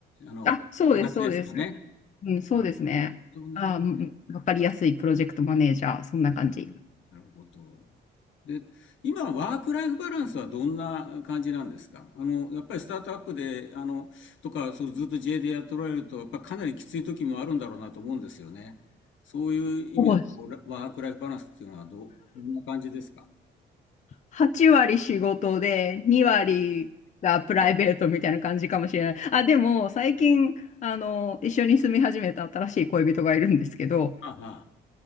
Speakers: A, on the left (about 75°); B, on the left (about 40°).
A: あの、
B: あ、そうです、
A: 形ですかね。
B: そうです。うん、そうですね。
A: あ、なるほどね。
B: あ、うんうんわかりやすいプロジェクトマネージャー、そんな感じ。
A: なるほど。で、今、ワークライフバランスはどんな感じなんですかあの、やっぱりスタートアップで、あの、とか、そう、ずっと自営でやっておられると、やっぱかなりきつい時もあるんだろうなと思うんですよね。そういう意味で、
B: ほぼ
A: こう、ラワークライフバランスっていうのはどう、どんな感じですか
B: 8割仕事で、2割がプライベートみたいな感じかもしれない。あ、でも、最近、あの、一緒に住み始めた新しい恋人がいるんですけど、
A: ああ、は